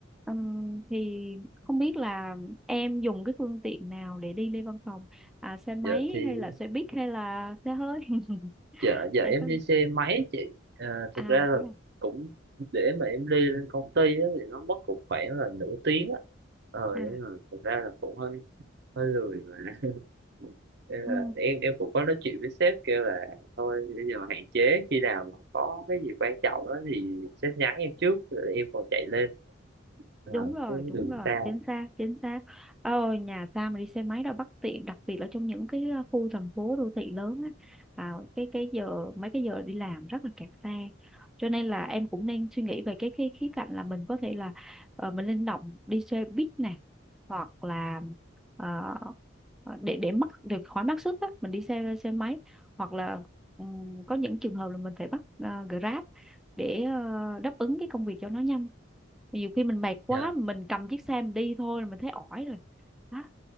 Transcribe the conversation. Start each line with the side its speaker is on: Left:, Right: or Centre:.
Centre: Ừm, thì không biết là em dùng cái phương tiện nào để đi lên văn phòng à, xe máy
Right: giờ thì
Centre: hay là xe buýt hay là xe hơi <laughs>
Right: giờ giờ
Centre: em
Right: em
Centre: có
Right: đi
Centre: đi
Right: xe máy chị à,
Centre: à
Right: thực ra là
Centre: thế à
Right: cũng để mà em đi lên công ty á, thì nó mất cũng khoảng là nửa tiếng á ờ
Centre: à
Right: nên là thực ra là cũng hơi hơi lười mà <laughs> Thế
Centre: ừ
Right: là em em cũng có nói chuyện với sếp kêu là thôi bây giờ hạn chế khi nào mà có cái gì quan trọng đó thì sếp nhắn em trước rồi em còn chạy lên
Centre: đúng
Right: à,
Centre: rồi
Right: chứ
Centre: đúng
Right: đừng
Centre: rồi
Right: xa
Centre: chính xác chính xác ôi nhà xa mà đi xe máy đâu bất tiện đặc biệt là trong những cái ờ, khu thành phố đô thị lớn á à, cái cái giờ mấy cái giờ đi làm rất là kẹt xe cho nên là em cũng nên suy nghĩ về cái cái khía cạnh là mình có thể là ờ, mình linh động đi xe buýt nè hoặc là ờ, ờ, để để mất được khỏi mất sức á mình đi xe xe máy hoặc là ừm, có những trường hợp là mình phải bắt ờ, Grab để ờ, đáp ứng cái công việc cho nó nhanh nhiều khi mình mệt quá
Right: dạ
Centre: mà mình cầm chiếc xe mình đi thôi là mình thấy ỏi rồi đó